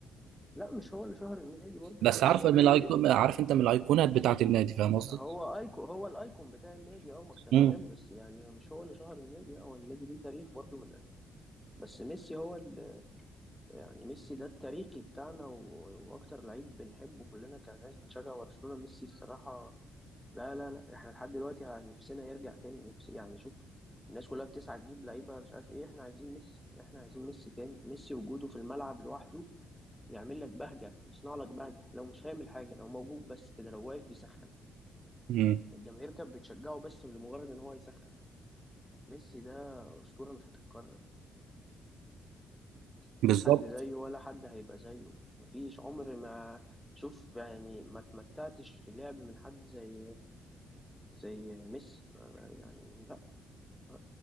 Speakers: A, in the centre; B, on the right (about 80°).
A: لا مش هو اللي شهر النادي برضه
B: بس
A: لا هو
B: عارف
A: النادي
B: من
A: ليه
B: الايكون
A: تاريخ
B: عارف انت من الايقونات بتاعت النادي فاهم قصدي؟
A: هو ايكون هو الايكون بتاع النادي اه ما اختلفناش
B: امم
A: بس يعني مش هو اللي شهر النادي لا هو النادي ليه تاريخ برضه من بس ميسي هو اللي يعني ميسي ده التاريخي بتاعنا و- واكتر لعيب بنحبه كلنا كناس بتشجع برشلونة ميسي الصراحة لا لا لا احنا لحد دلوقتي ه- نفسنا يرجع تاني نفسي يعني شوف الناس كلها بتسعى تجيب لعيبة مش عارف ايه احنا عايزين ميسي احنا عايزين ميسي تاني ميسي وجوده في الملعب لوحده يعمل لك بهجة يصنع لك بهجة لو مش هيعمل حاجة لو موجود بس كده لو واقف بيسخن
B: امم
A: الجماهير كانت بتشجعه بس لمجرد ان هو يسخن ميسي ده أسطورة مش هتتكرر
B: بالظبط
A: مفيش حد زيه ولا حد هيبقى زيه مفيش عمر ما شوف يعني ما تمتعتش في اللعب من حد زي زي ميسي ما- ما- يعني لا لا،